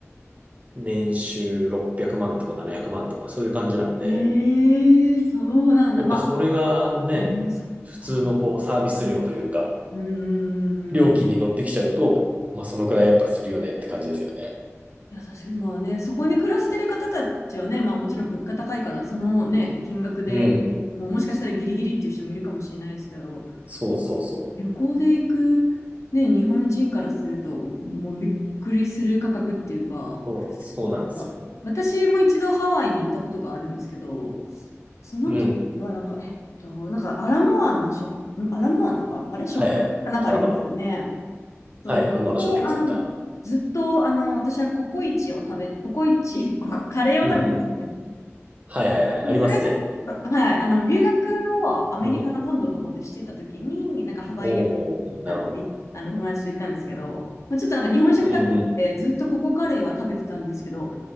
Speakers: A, on the right (about 30°); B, on the left (about 80°).
A: 年収600万とか700万とか、そういう感じなんで、
B: ええそうなんだ。
A: やっぱそれがね、
B: まあ、ええそっか。
A: 普通のこうサービス料というか、
B: ううんうんうんうん。
A: 料金に乗ってきちゃうと、まあそのくらいやっぱするよねって感じですよね。
B: いや、確かに、まあね、そこに暮らしてる方たちはね、まあもちろん物価高いから、そのね、金額でもうもしかしたらギリギリっていう人もいるかもしれないですけど、
A: うんうん。そうそうそう。
B: 旅行で行く、ね、日本人からすると、もうびっくりする価格っていうか、
A: そう、そうなんですよ。
B: あ、私も一度ハワイに行ったことがあるんですけど、その時はなんか、
A: うん。
B: えっと、なんかアラモアナショップ、んアラモアナかあれショッピングかなんかありますよね。
A: はいはい。アラバナ。
B: そう、
A: はい、アラバナショッピングセンタ
B: そこで、あの、ずっと、あの、私はココイチを食べ、ココイチ、こカレーを食べてて、
A: ー。うんうん。はいはいはい。
B: まあ、
A: ありますね。
B: それはちょっと、はい、あの、留学をアメリカの本土の方でしてた時に、
A: うん。
B: なんかハワイ旅行に、
A: おーおー、
B: あの、
A: なるほど。
B: い、あの友達と行ったんですけど、まあ、ちょっとなんか日本食だったんで、
A: うんうん。
B: ずっとココカレーは食べてたんですけど、